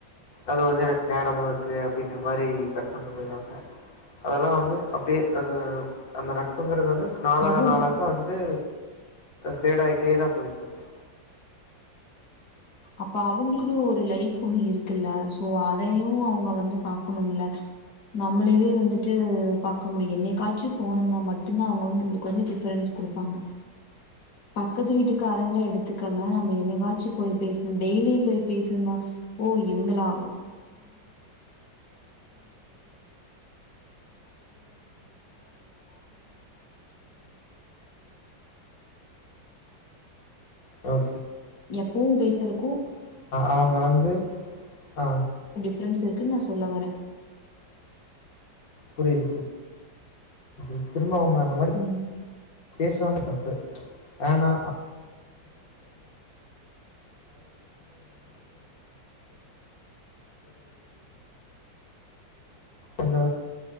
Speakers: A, on the left; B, on the left.
A: அது வந்து எனக்கு நேரம் இருக்கு அப்படிங்கிற மாதிரி கட் பண்ணிட்டு போயிடுவாங்க அதெல்லாம் வந்து அப்படியே அது நாளாக
B: அவங்க
A: நாளாக வந்து ஃயிடாயிடே தான் போயிட்டு இருக்கு
B: அப்ப அவங்ளுக்குன்னு ஒரு லைப் ஒண்ணு இருக்குல்ல சோ ஓ அதையு அவுங்க வந்து பாக்ணும் இல்ல நம்ளேவே வந்துட்டு பாக்க முடியும் என்னைக்காச்சு போனும்னா மட்டு்தா அவங்க வந்துநம்ளுக்கு ஃபிரவ்ரன்ஸ் குடுப்பாங்க பக்கத்து வீட்டுக்கு காரங்க எடுத்து இதுக்காங்க நம் டெய்லிய போய் பேசணும்‌ஓ இவுங்களா
A: ஆ
B: எப்பவும் பேசுறக்கும்
A: அவங்க வந்து ஆ
B: ஃபெரண்ட்ஸ் இருக்குன்னு நான் சொல்ல வரேன்
A: புரியுது பு இப்ப ப அவுங்க அந்த மாரி
B: ம்
A: பேசுவாங்க தப்பு ஆனா அந்த